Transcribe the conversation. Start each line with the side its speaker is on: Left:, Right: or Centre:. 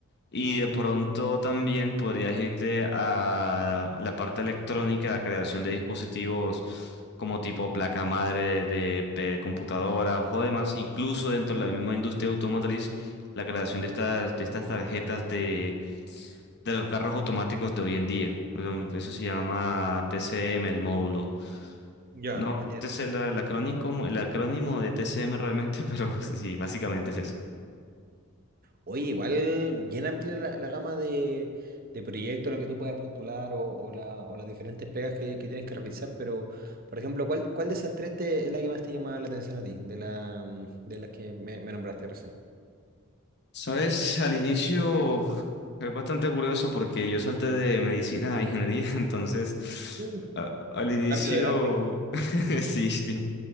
Left: Y de pronto también podrías irte a la parte electrónica, la creación de dispositivos como tipo placa madre de, pe- computadoras o demás, incluso dentro de la misma industria automotriz, la creación de estas, de estas tarjetas de, de los carros automáticos de hoy en día. Mm, Eso se llama TCM, el módulo.
Right: ya.
Left: No,
Right: entiendo.
Left: este es el, el acrónimo, el acrónimo de TCM realmente, <laughs> pero sí, básicamente es eso.
Right: Oye, igual bien amplia la, la gama de, de proyectos a los que tú puedes postular o, o la- o las diferentes pegas que, que tienes que realizar, pero, por ejemplo, ¿cuál, cuál de esas tres te- es la que más te llama la atención a ti, de, la, mm, de las que me, me nombraste recién?
Left: Sabes, al inicio es bastante curioso porque yo salté de medicina a ingeniería, <laughs> entonces
Right: Mm.
Left: a- al inicio
Right: Cambio drástico.
Left: <laughs> sí, sí.